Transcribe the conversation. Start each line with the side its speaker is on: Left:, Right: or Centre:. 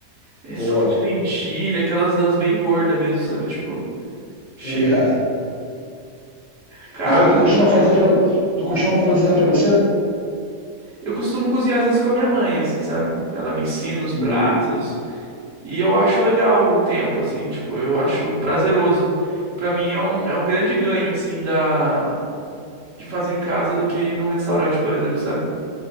Right: é
Left: Boa,
Right: sopa de lentilha, aquelas das bem gordas mesmo, sabe? Tipo, cheia.
Left: tô ligado.
Right: Cara,
Left: Mas aí tu costuma fazer pra, tu costuma cozinhar pra você?
Right: eu costumo cozinhar às vezes com a minha mãe, assim, sabe? Ela me ensina os
Left: Hum,
Right: pratos. E eu acho legal o tempo, assim, tipo, eu acho prazeroso. Pra mim é um, é um grande ganho, assim, da, de fazer em casa do que ir num restaurante, por exemplo, sabe?